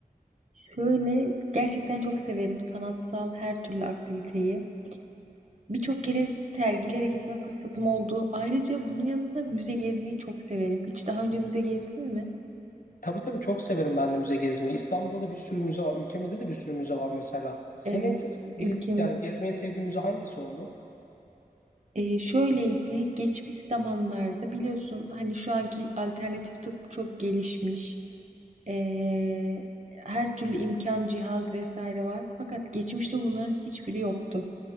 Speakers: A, on the right (about 45°); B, on the left (about 60°).
A: Şöyle gerçekten çok severim sanatsal her türlü aktiviteyi. Birçok kere sergilere gitme fırsatım oldu. Ayrıca bunun yanında müze gezmeyi çok severim. Hiç daha önce müze gezdin mi?
B: Tabii tabii çok severim ben de müze gezmeyi. İstanbul'da da bir sürü müze var. Ülkemizde de bir sürü müze var mesela. Senin
A: Evet,
B: en çok gez-
A: ülkemiz
B: yani gezmeyi sevdiğin müze hangisi oldu?
A: Eee, şöyleydi, geçmiş zamanlarda biliyorsun hani şu anki alternatif tıp çok gelişmiş. Eee, her türlü imkan, cihaz vesaire var. Fakat geçmişte bunların hiçbiri yoktu.